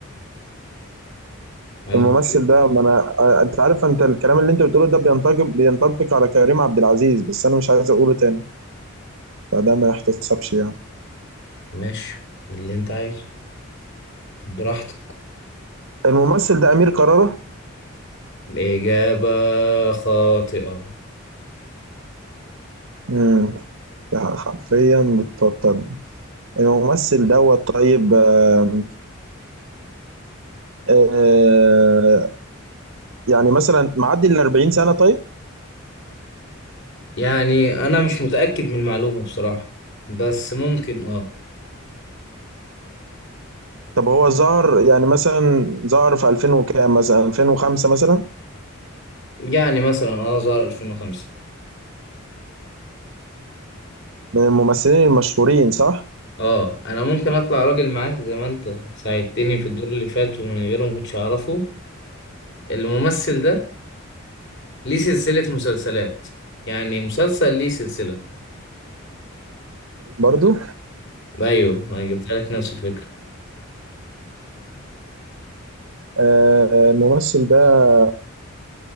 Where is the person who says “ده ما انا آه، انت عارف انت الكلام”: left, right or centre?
Right